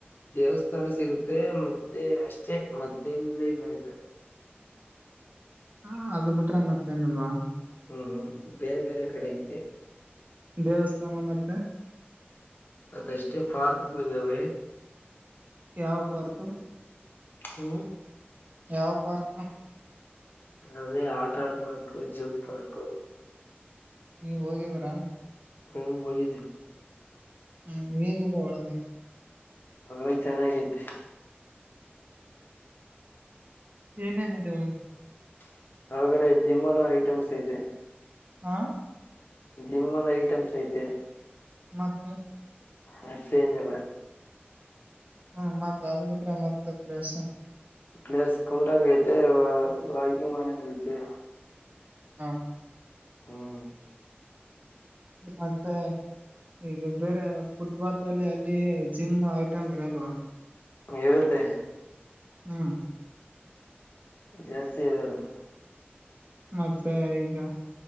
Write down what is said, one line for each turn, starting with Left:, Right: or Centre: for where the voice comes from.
Left: ದೇವಸ್ಥಾನ ಸಿಗುತ್ತೆ ಮತ್ತೆ ಅಷ್ಟೆ ಮತ್ತೆಲ್ಲ ಇಲ್ಲಯ್ತದೆ
Right: ಹಾ ಅದು ಬಿಟ್ರೆ ಮತ್ತೇನೀಲ್ವಾ
Left: ಹ್ಮ್ ಹ್ಮ್ ಬೇರೆ ಬೇರೆ ಕಡೆ ಐತೆ
Right: ದೇವಸ್ಥಾನ ಮತ್ತೆ
Left: ಅದಷ್ಟೇ ಪಾರ್ಕ್ಗಳು ಇದ್ದವೇ
Right: ಯಾವ ಪಾರ್ಕು
Left: ಹ್ಮ್
Right: ಯಾವ ಪಾರ್ಕ್
Left: ಅದೇ ಯಾವತಾರ ಪಾರ್ಕು <unintelligible>
Right: ನೀವ ಹೋಗಿದ್ರ
Left: ಹ್ಮ್ ಹೋಗಿದ್ವಿ
Right: ಹ್ಮ್ ಹೇಗಿದೆ ಒಳಗೆ
Left: ಒಳಗೆ ಚೆನ್ನಾಗೈತೆ
Right: ಏನೇನಿದೆ ಒಳಗೆ
Left: <unintelligible> ಜಿಮ್ ಅನ್ನೋ ಐಟಮ್ಸ್ ಇದೆ
Right: ಹಾ
Left: ಜಿಮ್ಮಲ್ಲಿ ಐಟಮ್ಸ್ ಐತೆ
Right: ಮತ್ತೆ
Left: ಮತ್ತೆ ಏನಿಲ್ಲ
Right: ಹ್ಮ್ ಮತ್ ಅದು ಬಿಟ್ರೆ ಮತ್ ಪ್ಲೇಸ್
Left: ಪ್ಲೇಸ್ ಕೂಲ್ ಹಾಗಿ ಆಯ್ತೆ ವಾಕಿಂಗ್ ಮಾಡೋಹಾಗೆ ಆಯ್ತೆ
Right: ಹಾ
Left: ಹ್ಮ್
Right: ಮತ್ತೆ ಈಗ ಬೇರೆ ಫುಟ್ಬಾತ್ ಅಲ್ಲಿ ಅಲ್ಲಿ ಜಿಮ್ ಐಟಂ ಇರಲ್ವಾ
Left: ಇರುತ್ತೆ
Right: ಹ್ಮ
Left: ಜಾಸ್ತಿ ಇರಲ್ಲ
Right: ಮತ್ತೆ ಈಗ